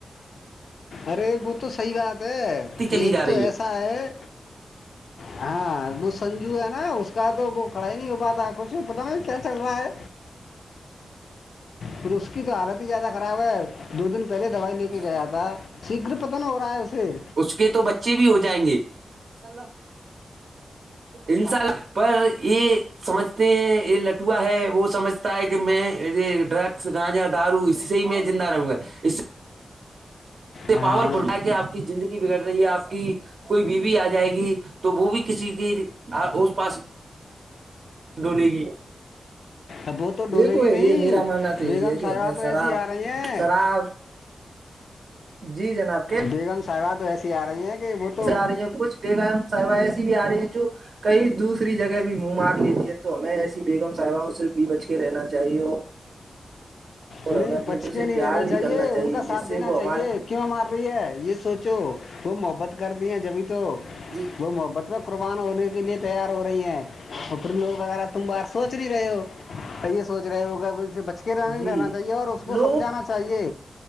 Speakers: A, on the left; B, on the right.
A: ارے وہ تو صحیح بات ہے
B: چلی
A: ایک
B: جا
A: تو
B: رہی
A: ایسا ہے
B: <unintelligible>
A: ہاں وہ سنجو ہے نا اس کا تو وہ کھڑا ہی نہیں ہو پاتا کچھ بھی پتا نہیں کیا چل رہا ہے پھر اس کی تو حالت ہی زیادہ خراب ہے دو دن پہلے دوائی لے
B: ہے
A: کے گیا تھا شیگر پت نہ ہو رہا ہے اسے
B: کہ تو بچے بھی ہو جائیں گےب انساء اللہ پر یہ سمجھتے ہیں یہ لٹوا ہے وہ سمجھ ہے کہ میں یہ ڈرگس گانجا دارو اس سے ہی میں زندہ رہوں گا اس سے
A: ہاں
B: پاورفل ہے کہ آپ کی زندگی بگڑ رہی ہے آپ کی کوئی بیوی آ جائے گی تو وہ بھی کسی کی اس پاس ڈولیے گی
A: اب وہ تو
B: دیکھو
A: ڈولے گی
B: یہ
A: نہیں
B: میرا ماننا تو
A: بیگم
B: یہی ہے کہ
A: صاحبہ
B: ہمیں
A: تو
B: شراب
A: ایسی آ رہی ہیں
B: شراب جی جناب کے
A: بیگم صاحبہ تو ایسی آ رہی ہیں کہ وہ تو
B: آ رہی ہیں کچھ بےگم ساحبائیں ایسی بھی آ رہی ہیں جو کہئی دوسری جگہ بھی منہ مار لیتی ہیں تو ہمیں ایسی بیگم صاحباؤں سے بھی بچ کے رہنا چاہیے اور
A: نہیں
B: ہمیں اپنی
A: بچ
B: دل
A: کے
B: سے
A: نہیں
B: پیار
A: رہینا چاہیے
B: بھی کرنا
A: ان کا ساتھ
B: جس سے
A: دینا
B: وہ
A: چاہیے
B: ہمارے
A: کیوں مار رہی ہے یہ سوچو وہ محبت کر دی ہیں جبھی تو
B: جی
A: وہ محبت میں قربان ہونے کے لیے تیار ہو رہی ہیں ا لوگ وغیرہ تم بار سوچ نہیں رہے ہو یہ سوچ رہے ہوگ سے ب کہ رنن
B: جی
A: رہنا چاہیے اور اس کو
B: لوگوں
A: سمجھانا چاہیے